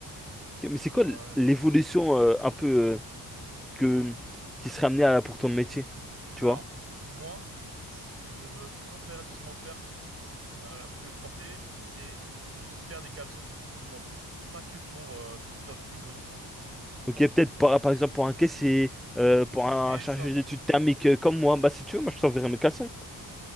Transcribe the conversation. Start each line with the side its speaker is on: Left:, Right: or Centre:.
Centre: Ok,
Right: Plus
Centre: Mais c'est
Right: de travail,
Centre: quoi l'évolution
Right: euh, plus.
Centre: euh, un peu euh, que... qui serait amenée à... pour ton métier? Tu
Right: Alors,
Centre: vois?
Right: moi, ce que je veux impérativement faire euh, pour m'exporter, c'est juste faire des caleçons pour tout le monde. Pas que pour euh, conducteur de Twingo, tu vois.
Centre: Ok, peut-être par, par exemple pour un caissier, euh, pour
Right: C'est
Centre: un chargé
Right: ça.
Centre: d'études thermiques euh, comme moi. Bah si tu veux, moi je t'enverrai mes caleçons.